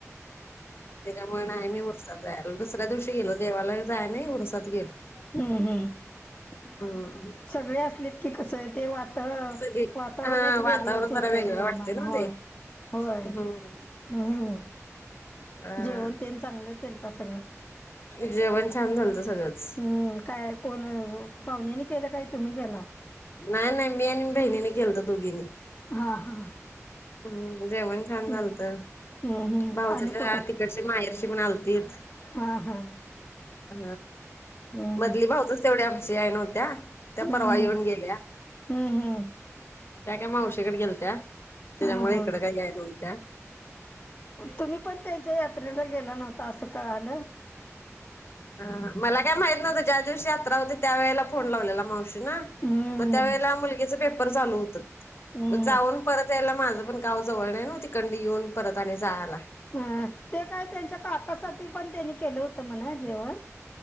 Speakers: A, on the left (about 50°); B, on the left (about 25°).
A: तेच्यामुळ न्हाय मी उरसात जायाला दुसऱ्या दिवशी गेलो देवाला जाया नइ उरसात गेलो
B: हम्म हम्म
A: हम्म
B: सगळी असलीत कि कसं ते वातह
A: सगळी
B: वातावरण
A: हा
B: एक
A: वातावरण
B: वेगळंच होतय
A: जरा वेगळं
B: निर्माण
A: वाटते ना
B: होय
A: ते
B: होय
A: हम्म
B: हम्म
A: अ
B: जेवण तेन चांगलं केलता सगळं
A: जेवण छान झालत सगळंच.
B: हम् काय कोण अ पावण्यानी केलं काय तुमी केला
A: नाय नाय मी आणि बहिणीन केलंत दुगीनी
B: हा हा
A: हम्म जेवण छान
B: हम्म.
A: झालत
B: हम्म हम्म
A: भाऊजच्या
B: आणि कुठं
A: तिकडची माहेरची म्पण आलतीत
B: हा हा
A: हा
B: हम्म
A: मदली भाऊजच तेवड आमची याय नव्हत्या
B: हम्म.
A: त्या परवा येऊन गेल्या.
B: हम्म हम्म
A: त्या काय मावशीकड गेलत्या त्याच्यामुळ
B: हा
A: इकडं
B: हा
A: काय ग्याय नवत्या
B: तुमी पण तेंच्या यात्रेला गेला नव्हता असं कळालं
A: ह मला काय माहित नव्हतं ज्या दिवशी यात्रा होती त्या वेळेला फोन लावलेला मावशी ना
B: हम्म
A: मं त्या वेळेला मुलगीच पेपर चालू हुत
B: हम्म.
A: जाऊन परत यायला माज पण गाव जवळ नाय नव तिकंंड येऊन परत आणि जायाला
B: हा ते काय तेंच्या काकासाटी पण तेंनी केलं हुत मण जेवण